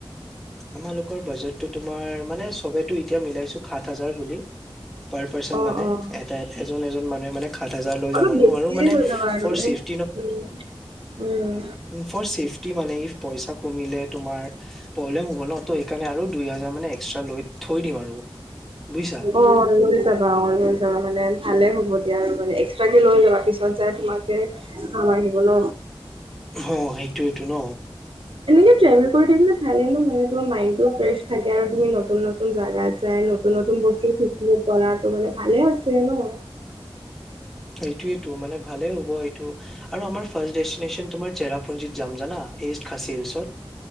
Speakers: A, in the centre; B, on the right.
A: আমালোকৰ বাজেটটো তোমাৰ মানে চবেটো এতিয়া মিলাইছো সাত হাজাৰ বুলি। পাৰ পাৰ্চন
B: অ',
A: মানে,
B: অ',
A: এটা এজন এজন মানুহে মানে সাত হাজাৰ লৈ
B: অলপ
A: যাম আৰু
B: বেছিয়ে
A: আৰু মানে
B: লৈ যাবা আৰু
A: for safe
B: um um.
A: For safety মানে ইফ পইচা কমিলে তোমাৰ প্ৰব্লেম হ'ব ন ত এইকাৰণে আৰু দুই হাজাৰ মানে এক্সট্ৰা লৈ থৈ দিম আৰু। বুজিছা
B: অ'হ। লৈ যাব অ' লৈ যাবা মানে ভালে হ'ব দিয়া। মানে এক্সট্ৰাকে লৈ যাবা পি ত' যাই কেনে তোমাকে কাম আহিব ন।
A: অ সেইটোয়েটো ন
B: এনেকে ট্ৰেভেল কৰি থাকিলে ভালে ন মানে তোমাৰ মাইনডটো ফ্ৰেছ থাকে আৰু তুমি নতুন নতুন জাগাত যাই নতুন নতু শিকিব পৰাটো মানে ভালে আছে ন?
A: সেইটোৱেটো মানে ভালে হ'ব এইটো আৰু আমাৰ ফাৰ্ষ্ট ডেষ্টিনে্চন তোমাৰ, চেৰাাপুঞ্জিত যাম জানা, ইষ্ট খাচিল চত।